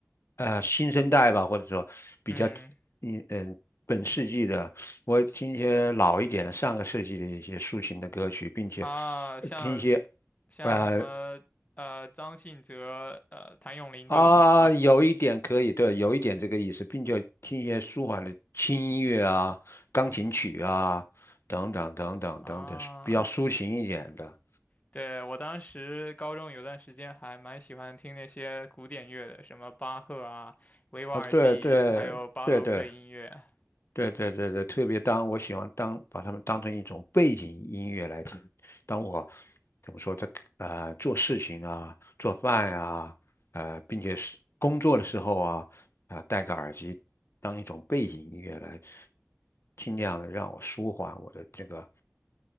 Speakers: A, on the left; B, on the left.
A: 呃，新生代吧，或者说比较，
B: 嗯，
A: 嗯嗯，本世纪的。我听一些老一点的，上个世纪的一些抒情的歌曲，并且
B: 啊，像
A: 呃听一些，
B: 像什么呃张信哲、
A: 呃。
B: 呃谭咏麟这种的吗？
A: 啊，有一点可以，对，有一点这个意思，并且听一些舒缓的轻音乐啊、钢琴曲啊等等等等等等，
B: <laughs> 啊，
A: 比较抒情一点的。
B: 对，我当时高中有段时间还蛮喜欢听那些古典乐的，什么巴赫啊、维瓦尔第，
A: 啊，对对对对，
B: 还有巴洛克音乐。
A: 对对对对，特别当我喜欢当把它们当成一种背景音乐来听。当我怎么说在呃做事情啊、做饭啊、呃，并且是工作的时候啊，啊、戴个耳机当一种背景音乐来，尽量的让我舒缓我的这个